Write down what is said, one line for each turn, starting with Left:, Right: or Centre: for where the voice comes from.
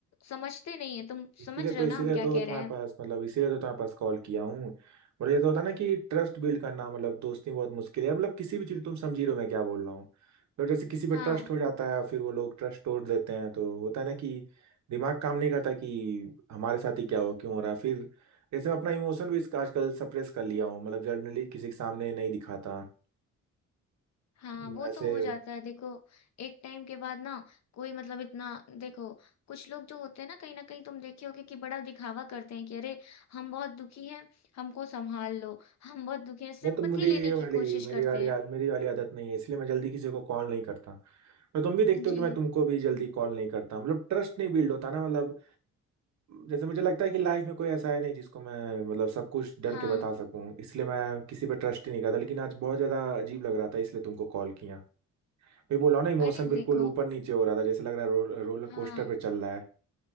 Left: समझते नहीं है तुम
Right: इसीलिए
Left: समझ रहे
Right: तो
Left: हो
Right: इसीलिए
Left: ना हम क्या
Right: तो
Left: कह
Right: तुम्हारे
Left: रहे हैं
Right: पास मतलब इसीलिए तो तुम्हारे पास कॉल किया हूँ और ये तो होता है ना कि ट्रस्ट बिल्ड करना मतलब दोस्ती में बहुत मुश्किल है मतलब किसी भी चीज तुम समझी रहे हो मैं क्या बोल रहा हूँ तो जैसे किसी पे
Left: हाँ
Right: ट्रस्ट हो जाता है फिर वो लोग ट्रस्ट तोड़ देते हैं तो होता है ना कि दिमाग काम नहीं करता कि हमारे साथ ही क्या हो क्यों हो रहा है फिर जैसे मैं अपना इमोशन भी इसका आजकल सप्रेस कर लिया हूँ मतलब जनरली किसी के सामने नहीं दिखाता
Left: हाँ
Right: मतलब
Left: वो
Right: ऐसे
Left: तो हो जाता है देखो एक टाइम के बाद ना कोई मतलब इतना देखो कुछ लोग जो होते हैं ना कहीं ना कहीं तुम देखे होगे कि बड़ा दिखावा करते हैं कि अरे हम बहुत दुखी हैं हमको संभाल लो हम बहुत दुखी हैं सिंपथी
Right: नहीं तो मुझे
Left: लेने
Right: ये वाली
Left: की कोशिश
Right: मेरी
Left: करते
Right: वाली
Left: हैं
Right: आद- मेरी वाली आदत नहीं है इसलिए मैं जल्दी किसी को कॉल नहीं करता और तुम भी देखते
Left: जी
Right: हो कि मैं तुमको भी जल्दी कॉल नहीं करता मतलब ट्रस्ट नहीं बिल्ड होता ना मतलब जैसे मुझे लगता है कि लाइफ में कोई ऐसा है नहीं जिसको मैं मतलब सब कुछ डर
Left: हाँ
Right: के बता सकूं इसलिए मैं किसी पे ट्रस्ट ही नहीं करता लेकिन आज बहुत ज्यादा अजीब लग रहा था इसलिए तुमको कॉल किया मैं बोला ना इमोशन
Left: अरे
Right: बिल्कुल
Left: देखो
Right: ऊपर नीचे हो रहा था जैसे लग रहा है रो, रोलर
Left: हाँ
Right: कोस्टर पे चल रहा है